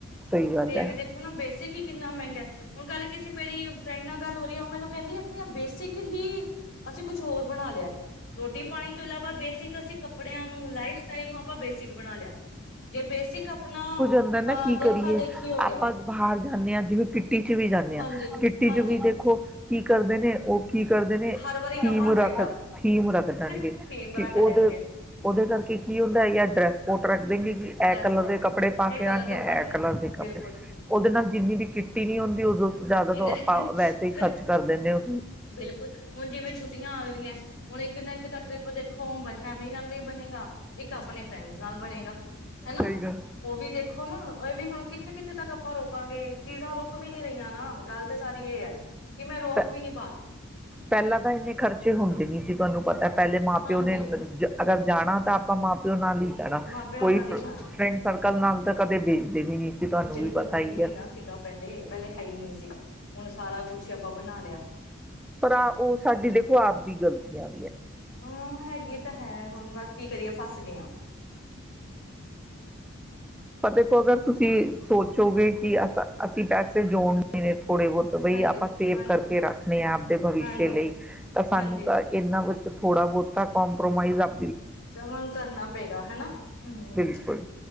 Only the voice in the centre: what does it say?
ਸਹੀ ਗੱਲ
ਹੈ।
ਬੰਦਾ ਨਾ
ਕੀ
ਕਰੀਏ
ਆਪਾਂ ਬਾਹਰ ਜਾਂਦੇ ਹਾਂ ਜਿਵੇਂ ਕਿੱਟੀ ਚ ਵੀ ਜਾਂਦੇ
ਹਾਂ ਕਿੱਟੀ
ਚ ਵੀ ਦੇਖੋ ਕੀ ਕਰਦੇ ਨੇ ਉਹ ਕੀ ਕਰਦੇ।
ਥੀਮ
ਰੱਖ ਥੀਮ ਰੱਖ ਦੇਣਗੇ,
ਕਿ
ਉਹਦੇ
ਉਹਦੇ ਕਰਕੇ ਕੀ ਹੁੰਦਾ ਜਾ ਡਰੈਸ ਕੋਟ ਰੱਖ ਦੇਣਗੇ ਕਿ ਇਹ
ਕਲਰ
ਦੇ ਕੱਪੜੇ ਪਾ
ਕੇ
ਆਣੇ ਆ
ਐ ਕਲਰ ਦੇ ਕੱਪੜੇ
ਉਹਦੇ ਨਾਲ ਜਿੰਨੀ ਵੀ ਕਿੱਟੀ ਨੀ ਹੁੰਦੀ ਉਦੋਂ ਤੋਂ ਜ਼ਿਆਦਾ
ਤੋਂ ਆਪਾਂ ਵੈਸੇ ਹੀ ਖਰਚ
ਕਰ ਦਿੰਨੇ ਆ।
ਸਹੀ ਗੱਲ।
ਪ
ਪਹਿਲਾਂ ਤਾਂ ਇੰਨੇ ਖਰਚੇ ਹੁੰਦੇ ਨੀ ਸੀ, ਪ ਤੈਨੂੰ ਪਤਾ। ਪਹਿਲੇ ਮਾਂ
ਪਿਓ ਨੇ, ਜੇ ਅਗਰ ਜਾਣਾ ਤਾਂ ਆਪਾਂ ਮਾਂ ਪਿਓ ਨਾਲ ਹੀ ਜਾਨਾ
ਕੋਈ
ਫ਼
ਫਰੈਂਡ ਸਰਕਲ ਨਾਲ ਤਾਂ ਕਦੇ ਭੇਜਦੇ ਵੀ ਨੀ ਸੀ, ਤੁਹਾਨੂੰ
ਵੀ ਪਤਾ ਹੀ
ਹੈ।
ਪਰ ਆ ਉਹ ਸਾਡੀ, ਦੇਖੋ ਆਪਦੀ ਗ਼ਲਤੀਆਂ
ਤਾਂ ਦੇਖੋ ਅਗਰ ਤੁਸੀਂ ਸੋਚੋਗੇ ਕਿ ਅ ਅਸੀਂ ਪੈਸੇ ਜੋੜਨੇ <unintelligible> ਥੋੜੇ ਬਹੁਤ
ਬਈ ਆਪਾਂ ਸੇਵ
ਕਰਕੇ ਰੱਖਣੇ ਆ, ਆਪਦੇ ਭਵਿਸ਼ਯ
ਲਈ, ਤਾਂ ਸਾਨੂੰ
ਤਾਂ ਇਹਨਾਂ ਵਿੱਚ ਥੋੜਾ ਬਹੁਤਾ ਕੰਪ੍ਰੋਮਾਈਜ਼ ਅਪ
ਬਿਲਕੁਲ,